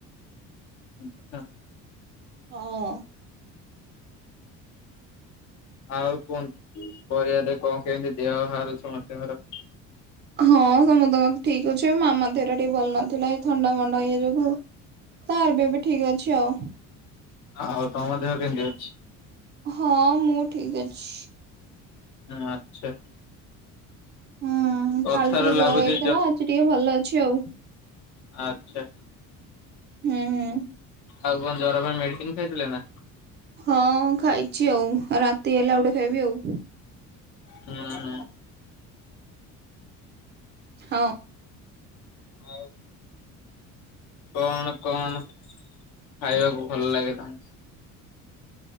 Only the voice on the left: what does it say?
<inaudible>
ଆଉ କୁହନ୍ତୁ ପର ଦେ କଣ କେମିତି ଦେହ ହାର ସମସ୍ତଙ୍କର
ଆଉ ତମ ଦେହ କେମିତି ଅଛି?
ହଁ ଆଛା।
କଥାରୁ
ଲାଗୁଛି
ଆଛା।
ଆଉ କଣ ଜର ପାଇଁ ମେଡ଼ିସିନ୍ ଖାଇଥିଲେ ନାଁ?
ହୁଁ ହୁଁ।
ଆଉ କଣ କଣ ଖାଇବାକୁ ଭଲ ଲାଗେ ତମକୁ?